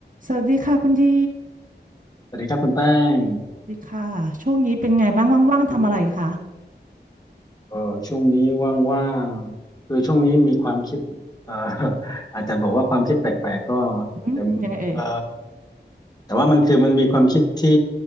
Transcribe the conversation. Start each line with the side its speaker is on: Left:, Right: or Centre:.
Right: สวัสดีค่ะคุณดี
Left: สวัสดีครับคุณแป้ง
Right: สวัสดีค่ะช่วงนี้เป็นไงบ้างว่างๆทำอะไรคะ
Left: เออช่วงนี้ว่างๆคือช่วงนี้มีความคิดเอ่อ <laughs> อาจจะบอกว่าความคิดแปลกๆก็
Right: อืมยังไงเอ่ย
Left: แต่เออแต่ว่ามันคือมันมีความคิดที่